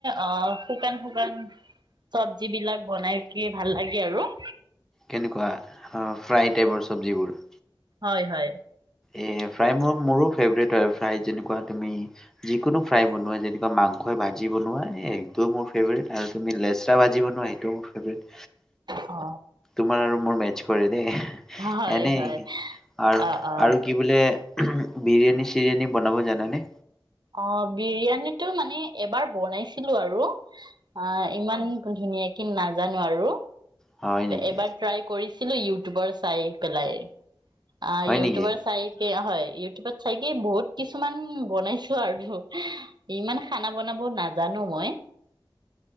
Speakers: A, on the right; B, in the centre.
A: অ শুকান শুকান, চব্জি বিলাক বনাই কে ভাল লাগে। আৰু <inaudible>
B: কেনেকুৱা ফ্ৰাই টাইপৰ চব্জিবোৰ?
A: হয় হয়।
B: এই ফ্ৰাই মোৰ মোৰো ফেভৰেট হ। য় ফ্ৰাই যেনেকুৱা তুমি যিকোনো ফ্ৰাই বনোৱা যেনেকুৱা মাংসই ভাজি বনোৱা, এই ত মোৰ ফেভ্ৰেট আৰু তুমি লেচৰা ভাজিব, ন সেটো মোৰ ফেভ্ৰেট।
A: অ
B: তোমাৰ আৰু মোৰ মেচ কৰে এ
A: হয়
B: এনেই
A: হয়
B: আৰু
A: অ অ
B: আৰু কি বোলে, বিৰিয়ানী চিৰিয়ানী বনাব জানে নে?
A: অ বিৰিয়ানীটো মানে এবাৰ বনাইছিলো আৰু। অ ইমান ধুনীয়াকে কিন্তু নাজানো আৰু।
B: হয় নেকি?
A: এবাৰ ট্ৰাই কৰিছ ছিলো ইউটিউবৰ চাই পেলাই। অ
B: হয়
A: ইউটিউবৰ
B: নেকি?
A: চাই হয় ইউটিউবত চাইগে বহুত কিছুমান বনাইছো। আৰু ইমান খানা বনাব নাজানো মই।